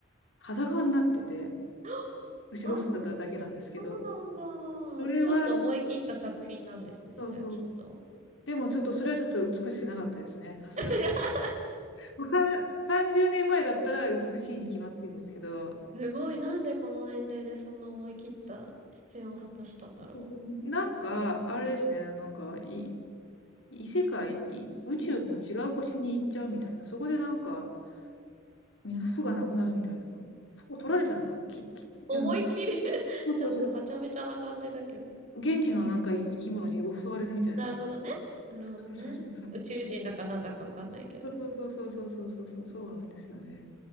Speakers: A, on the left (about 75°); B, on the right (about 35°).
A: 裸になってて、
B: <gasps>
A: 後ろ姿だけなんですけど、
B: あ、そうなん
A: それはちょっ
B: だ。ちょっと思い切った作品なんですね、
A: とそう、
B: じゃあきっと。
A: でもちょっとそれはちょっと美しくなかったですね、さすがに。
B: <laughs>
A: もうさん30年前だったら美しいに決まってるんですけど、
B: すごい、なんでこの年齢でそんな思い切った出演を果たしたんだろ
A: そうそうなんか、あれですね、なんか、い異世界、い宇宙の違う星に行っちゃうみたいな、
B: う。うん
A: そこでなんか、みんな服がなくなるみたいな。服を取られちゃうのかなき、き、
B: 思いっきり
A: でも、
B: <laughs>
A: そうそうそ
B: なんかはちゃめちゃな感じだけど。
A: う。現地のなんかい生き物に襲われるみたいな。
B: なるほどね。
A: そういうそうそうそう。
B: なるほどね。宇宙人だかなんだかわかんないけど。
A: そうそうそうそうそうそうそうそうなんですよね。